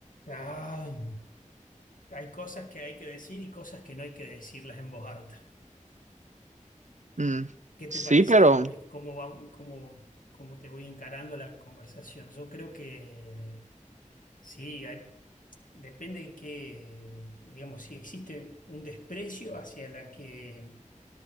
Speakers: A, on the left; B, on the right.
A: Ah, Hay cosas que hay que decir y cosas que no hay que decirlas en voz alta.
B: Mm,
A: ¿Qué te
B: Sí,
A: parece
B: pero
A: eh, cómo vamos, cómo, cómo te voy encarando la conversación? Yo creo que sí, hay- depende de que, digamos, si existe un desprecio hacia la que